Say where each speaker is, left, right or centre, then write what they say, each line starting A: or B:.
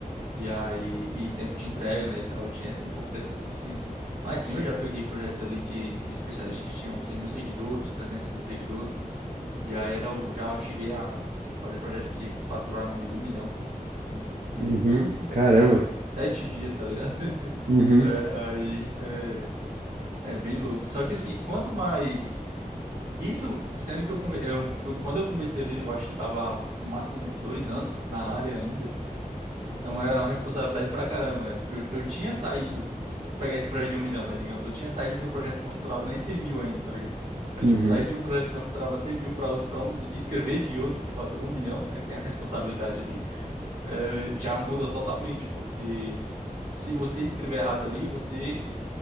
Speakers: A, on the right; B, on the right.
A: E aí, e tempo de entrega, né, e tal, ele tinha essa, um pouco dessa consciência. Mas sim, eu já peguei projetos ali que, de especialistas que tinham 100 mil seguidores, 300 mil seguidores, né? e aí era, o- já cheguei a, a fazer projetos que faturaram ali um milhão, né, de,
B: Uhum.
A: tipo,
B: Caramba.
A: em sete dias, tá ligado? <laughs>
B: Uhum.
A: É, aí, é, é bem louco. Só que assim, quanto mais, isso, sendo que eu, come- eu, foi quando eu comecei ali, eu acho que eu tava no máximo uns dois anos na área ainda, Então era uma responsabilidade pra caramba, né? Porque eu, eu tinha saído, pegar esse projeto de um milhão, né? Digamos, eu tinha saído de um projeto que não faturava nem 100 mil ainda, tá ligado? Eu,
B: Uhum.
A: tipo, saí de um projeto que não faturava 100 mil para outro para um milhão, e escrever de outro que fatura um milhão, né? Que tem a responsabilidade ali, eh, já muda totalmente, porque se você escrever errado ali, você